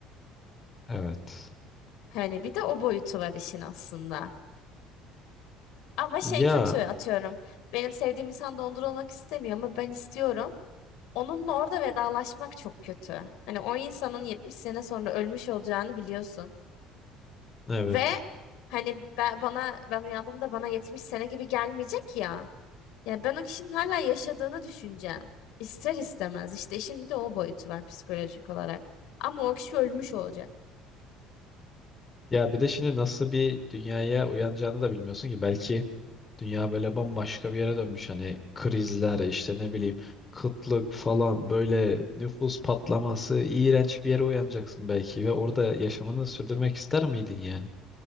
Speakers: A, on the left; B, on the left.
A: Evet.
B: Hani bir de o boyutu var işin aslında. Ama
A: Ya
B: şey kötü atıyorum. Benim sevdiğim insan dondurulmak istemiyor ama ben istiyorum. Onunla orada vedalaşmak çok kötü. Hani o insanın 70 sene sonra ölmüş olacağını biliyorsun.
A: evet.
B: Ve hani ben, bana ben uyandığımda bana 70 sene gibi gelmeyecek ya. Ya ben o kişinin hala yaşadığını düşüneceğim. İster istemez. İşte işin bir de o boyutu var psikolojik olarak. Ama o kişi ölmüş olacak.
A: Ya bir de şimdi nasıl bir dünyaya uyanacağını da bilmiyorsun ki. Belki dünya böyle bambaşka bir yere dönmüş. Hani krizler işte ne bileyim kıtlık falan böyle nüfus patlaması iğrenç bir yere uyanacaksın belki. Ve orada yaşamını sürdürmek ister miydin yani?